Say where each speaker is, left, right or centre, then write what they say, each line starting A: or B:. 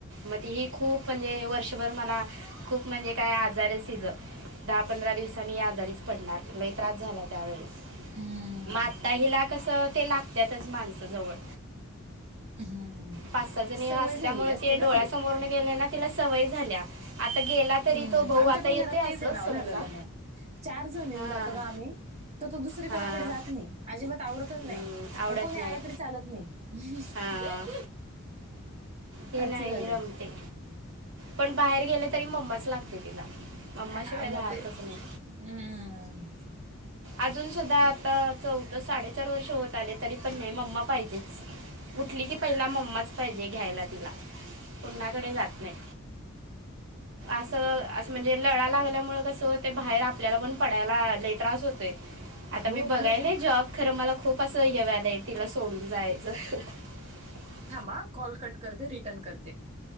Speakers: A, on the right; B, on the right.
A: मग त ही खूप म्हणजे वर्षभर मला खूप म्हणजे काय आजार आहे तिच दहा पंधरा दिवसांनी आजारीच पडणार लय त्रास झाला त्यावेळीस
B: हम्म.
A: मा आता हिला कस ते लागत्यातच माणसं जवळ
B: हम्म
A: पाच सहा जणी
B: सवय
A: असल्यामुळे
B: झालेली असते
A: ते
B: ना
A: डोळ्यासमोरून
B: ती
A: गेले ना तिला सवय झाल्या आता गेला तरी
B: हम्म
A: तो भाऊ
B: आमच्या
A: आता
B: पण
A: येतो
B: घरात तेच
A: असं
B: आहे नाव
A: सहसा
B: झालेलं मग चार जण येऊन
A: हां
B: जातो ना आम्ही तो तो दुसरी कोणाकडे
A: हां
B: जात नाही, अजिबात आवडतचं
A: हम्म,
B: नाही,
A: आवडत
B: कोणी
A: नाही
B: आला तरी चालत नाही. हुह्ह्हं
A: हां ही
B: असं
A: नाही
B: झालंय.
A: रमते पण बाहेर गेले तरी मम्माच लागते तिला मम्मा
B: हा
A: शिवाय
B: मग
A: रहातच
B: ते
A: नाही.
B: हम्म
A: अजून सुद्धा आता चौथं साडेचार वर्ष होत आले तरी पण नाही मम्मा पाहिजेच. उठली की पहिला मम्माच पाहिजे घ्यायला तिला कुणाकडे जात नाही. असं असं म्हणजे लळा लागल्यामुळे कसं होते बाहेर आपल्याला पण पडायला लय त्रास होत होेतय. आता
B: हो
A: मी बघायलाय
B: खरंच खूप
A: जॉब खरं मला खूप असं हे व्हायलय आहे तिला सोडून जायचं. <unintelligible>
B: थांबाआ कॉल कट करते रिटर्न करते.